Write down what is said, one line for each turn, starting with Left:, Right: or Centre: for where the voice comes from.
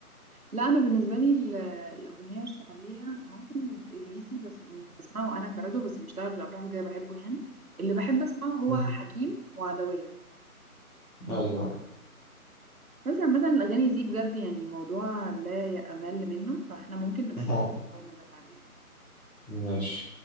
Right: لا انا بالنسبه لي ال- الاغنيه الشعبيه ممكن الليسي بس مش بسمعه انا كردو بس بيشتغل في الافراح وكده بحبه يعني اللي بحب اسمعه هو
Centre: مم.
Right: حكيم وعدويه
Centre: ايوه
Right: بس عامه الاغاني دي بجد يعني موضوع لا يأمل منه فاحنا ممكن
Centre: <laughs>
Right: نبقى نكمل
Centre: اه
Right: موضوعنا ده بعدين
Centre: ماشي